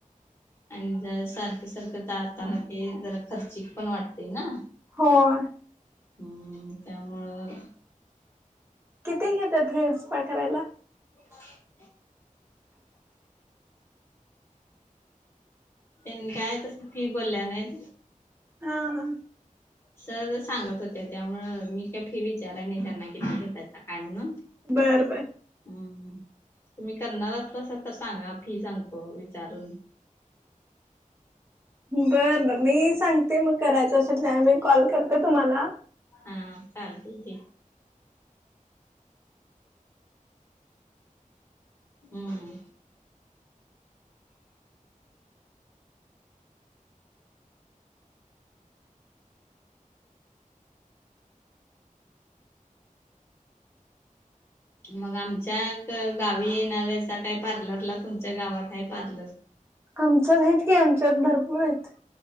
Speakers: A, on the left; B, on the right.
A: आणि जर सारखं, सारखं जाताना ते जरा खर्चिक पण वाटतय ना.
B: होय.
A: हम्म. त्यामुळं
B: किती घेत्यात हेअर स्पा करायला?
A: <inaudible> त्यांनी काय तसं फी बोलल्या नाहीत.
B: हा हा.
A: सहजच सांगत होत्या त्यामुळं मी काय फी विच विचारा आणि त्यांना किती घेतात काय म्हणून.
B: बर बर.
A: हम्म तुम्ही करणार असलासा तर सांगा फी सांगतो विचारून.
B: बरं बरं मी सांगते मग करायचं असेल त्यावेळी कॉल करते तुम्हाला.
A: हा चालतय की. हम्म. मग आमच्या गावी येणाऱ्यासा काय? पार्लरला तुमच्या गावात आहे पार्लर? <inaudible>
B: आमच्यात आहेत की, आमच्यात भरपूर आहेत.